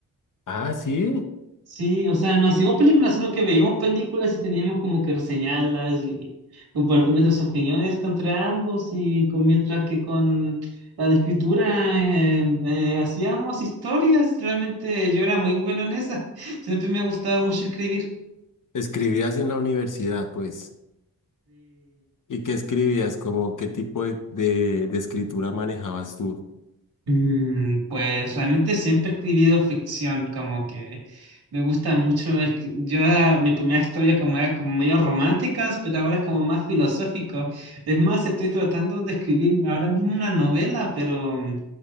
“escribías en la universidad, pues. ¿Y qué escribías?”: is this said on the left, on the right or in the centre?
Left